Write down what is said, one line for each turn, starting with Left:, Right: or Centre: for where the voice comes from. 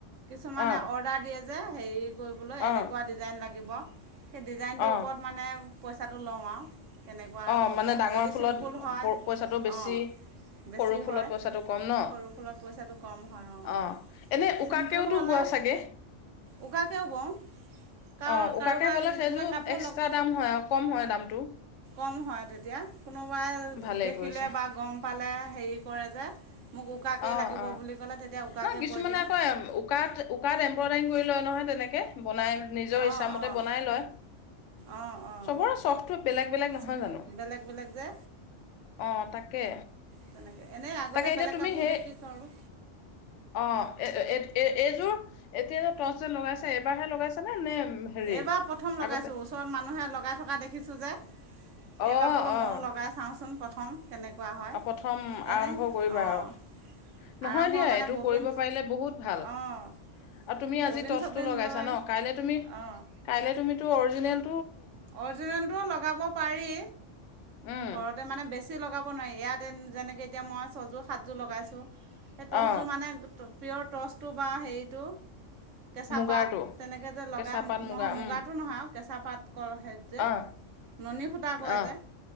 Right: কিছুমানে
Left: অ
Right: অৰ্ডাৰ দিয়ে যে সেই কৰিবলৈ এনেকোৱা
Left: অ
Right: ডিজাইন লাগিব সেই ডিজাইনটোৰ
Left: অ
Right: ওপৰত মানে পইচাটো লওঁ আৰু কেনেকুৱা
Left: অ
Right: হ'ব
Left: মানে ডাঙৰ
Right: যদি
Left: ফুলত
Right: চিম্পুল হয়
Left: পইচাটো বেছি
Right: অঁ বেছি
Left: সৰু ফুলত
Right: হয়
Left: পইচাটো কম ন
Right: সৰু ফুলত পইচাটো কম হয় অঁ
Left: অ এনে উকাকেওতো
Right: চিম্পুল হ'লে
Left: বোৱা চাগে
Right: উকাকেও বওঁ কাৰ
Left: অ উকাকে
Right: কাৰোবাক
Left: বলে সেইযোৰ
Right: বোলে কাপোৰ
Left: এক্সট্ৰা
Right: লগ
Left: দাম হয় আৰু কম হয় দামটো
Right: বম হয় তেতিয়া কোনোবাই
Left: ভালেই
Right: দেখিলে
Left: কৰিছা
Right: বা গম পালে হেৰি কৰে যে মোক উকাকৈ
Left: অ',
Right: লাগিব
Left: অ',
Right: বুলি ক'লে তেতিয়া উকাকৈ
Left: ন কিছুমানে
Right: বৈ দিওঁ
Left: আকৌ এম, উকাত উকাত এম্ব্ৰইডাৰিং কৰি লয় নহয় তেনেকে বনাই নিজৰ ইচ্ছাামতে
Right: অঁ অঁ
Left: বনাই লয়
Right: অঁ অঁ
Left: চবৰে চখ বেলেগ বেলেগ নহয়
Right: চব
Left: জানো
Right: বেলেগ বেলেগ যে
Left: অ তাকে
Right: তেনেকে এনেই আগতে
Left: তাকে এতিয়া
Right: বেলেগ
Left: তুমি
Right: কাপোৰ
Left: সেই
Right: বিক্ৰী কৰো
Left: অ এ এ এইযোৰ এতিয়া যে টৰ্চ যে লগাইছে এবাৰহে লগাইছে নে নে হেৰি
Right: এইবাৰ প্ৰথম লগাইছোঁ
Left: আগতে
Right: ওচৰত মানুহে লগাই থকা দেখিছোঁ যে
Left: অ',
Right: এইবাৰ বোলো
Left: অ',
Right: ময়ো লগাই চাওঁচোন প্ৰথম কেনেকুৱা হয়
Left: অ প্ৰথম
Right: এনেই
Left: আৰম্ভ কৰিবা
Right: অঁ
Left: আৰু নহয়
Right: আৰম্ভ
Left: দিয়া
Right: মানে
Left: এইটো
Right: ববিন
Left: কৰিব পাৰিলে বহুত ভাল আৰু
Right: অঁ
Left: তুমি আজি
Right: ববিন
Left: টৰ্চটো
Right: চবিন
Left: লগাইছা
Right: লৈ
Left: ন কাইলে তুমি
Right: অঁ
Left: কাইলৈ তুমিটো অৰিজিনেল
Right: অৰিজিনেলটো লগাব পাৰি
Left: উম
Right: ঘৰতে মানে বেছি বেছি লগাব নোৱাৰি ইয়াত যেনেকৈ এতিয়া মই ছজোৰ সাতযোৰ লগাইছোঁ সেই টৰ্চযোৰ
Left: অ
Right: মানে পিয়ৰ টৰ্চটো বা হেৰিটো কেঁচা
Left: মুগাৰটো
Right: পাত তেনেকে যে লগাই
Left: কেঁচা পাত মুগা
Right: নহয় মুগাৰো
Left: উম
Right: নহয় আৰু কেঁচা পাত যে
Left: অ
Right: নুনী সূটা কয়
Left: অ
Right: যে